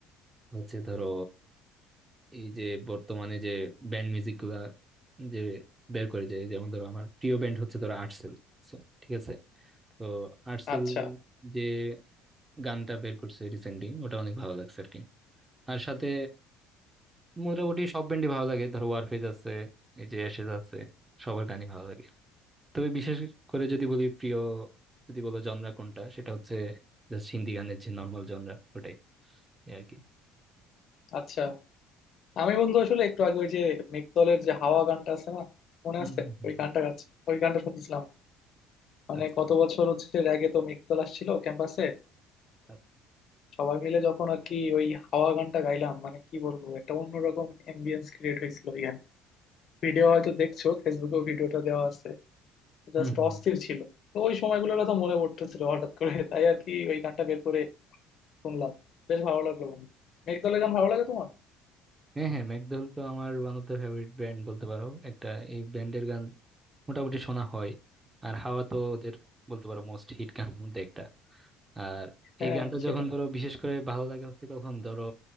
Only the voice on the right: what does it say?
হচ্ছে ধরো এই যে বর্তমানে যে ব্যান্ড মিউজিক গুলা যে বের করে যায় যেমন ধরো আমার প্রিয় ব্যান্ড হচ্ছে ধরো আর্টসেল So, ঠিক আছে তো আর্টসেল
যে গানটা বের করছে রিসেন্টলি ওটা অনেক ভালো লাগছে আর কি আর সাথে মোটামুটি সব ব্যান্ডই ভালো লাগে ধরো ওয়ারফেজ আছে এই যে অ্যাশেজ আছে সবার গানই ভালো লাগে তবে বিশেষ করে যদি বলি প্রিয় যদি বলো জনরা কোনটা সেটা হচ্ছে জাস্ট হিন্দি গানের যে নর্মাল জনরা ওটাই এই আর কি
হম
হম হম
আচ্ছা
আচ্ছা।
হুম
হুম
হ্যাঁ হ্যাঁ ম্যাকডোয়েল তো আমার one of the favourite band বলতে পারো একটা এই ব্যান্ডের গান মোটামুটি শোনা হয় আর হাওয়া তো ওদের বলতে পারো মোস্ট হিট গান মধ্যে একটা আর
এই গানটা
যখন ধরো বিশেষ করে ভালো লাগে হচ্ছে কখন ধরো